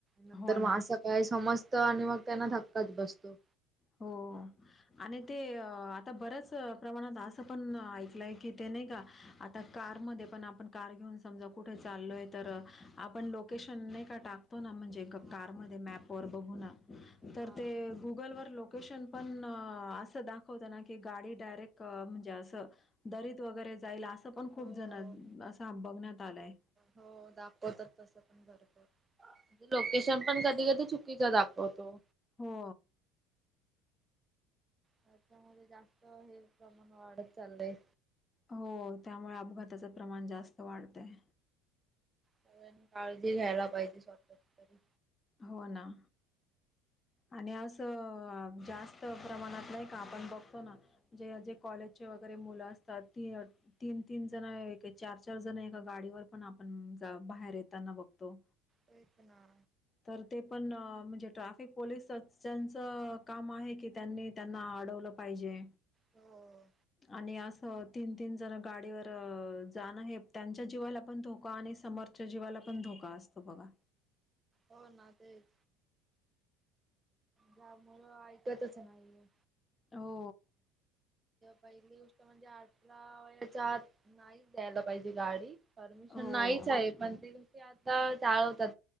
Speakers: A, on the right (about 20°); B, on the left (about 25°).
A: नंतर
B: हो
A: मग
B: ना.
A: असं काय समजत. आणि मग त्यांना धक्काच बसतो.
B: हो आणि ते. आता बरच प्रमाणात असं पण ऐकलंय की ते नई का. कारमध्ये आपन कार घेऊन समजा कुट चालोय. आपण लोकेशन. नाही का टाकतो ना. म्हणजे का
A: हा
B: कार मध्ये मॅप वर बघून.
A: हा
B: तर ते गुगल वर लोक लोकेशन पण अस दाखवत ना. की गाडी डायरेक्ट म्हणजे अस दरीत वगैरे. जायला असं पण खूप
A: हो
B: जण. असा बघण्यात आलाय.
A: हो दाखवतात तसं पण <inaudible> लोकेशन पण कधी-कधी चुकीच दाखवतो.
B: हो.
A: त्याच्यामध्ये जास्त हे प्रमाण वाढत चाललंय.
B: हो त्यामुळे अपघाताचं प्रमाण जास्त वाढतय.
A: सगळ्यांनी काळजी घ्यायला पाहिजे. स्वतःची तरी.
B: हो ना. आणि अस जास्त प्रमाणात नाही, का आपण बघतो नाे कॉलेज मुल असतात, तीन तीन जण चार चार जण ए गाडीवर पण आपण बाहेर येताना बघतो,
A: तेच ना
B: तर ते पण पोलिस ज्यांचं काम आहे, की त्यांनी त्यांना अडवलं पाहिजे.
A: हो
B: आणि आस, तीन तीन जण गाडीवर जाणं हे, त्यांच्या जीवाला आपण धोका आणि समोरच्या जीवाला, आपण धोका असतो बघा.
A: हो ना तेच, जा मुळ ऐकतच नाही,
B: हो
A: पहिली गोष्ट म्हणजे आठला वयाच्या आत नाही द्यायला, पाहिजे गाडी. परमिशन
B: हो
A: नाहीच आहे, पण ते कसे आता चालवतात.